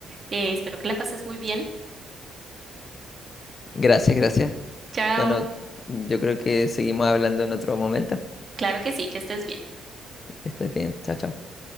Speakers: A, on the right; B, on the left.
A: Eh, espero que la pases muy bien.
B: <laughs> Gracias, gracias.
A: Chao.
B: Bueno, yo creo que seguimos hablando en otro momento.
A: Claro que sí, que estés bien.
B: Estás bien, chao, chao.